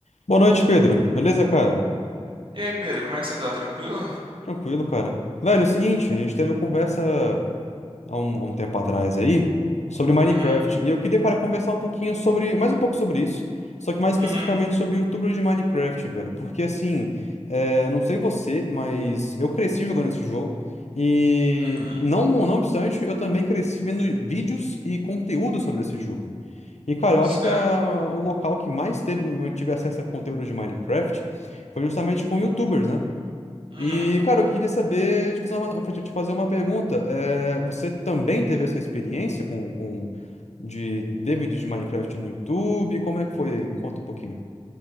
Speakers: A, on the left; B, on the right.
A: Boa noite, Pedro. Beleza, cara?
B: E aí, Pedro, como é que você tá? Tranquilo?
A: Tranquilo, cara. Velho, é o seguinte, a gente teve uma conversa há um, há um tempo atrás aí sobre Minecraft.
B: Uhum,
A: E eu queria, cara, conversar um pouquinho sobre, mais um pouco sobre isso, só que mais especificamente
B: uhum,
A: sobre YouTubers de Minecraft, velho. Porque assim, é, não sei você, mas eu cresci jogando esse jogo. E
B: uhum,
A: não, não obstante, eu também cresci vendo vídeos e conteúdo sobre esse jogo. E, cara, eu
B: certo.
A: acho que a- o local que mais teve, eu tive acesso a conteúdo de Minecraft foi justamente com YouTubers, né?
B: Uhum.
A: E, cara, eu queria saber, te fazer uma, te fazer uma pergunta. É, você também teve essa experiência com, com de ver vídeos de Minecraft no YouTube? Como é que foi aí? Me conta um pouquinho.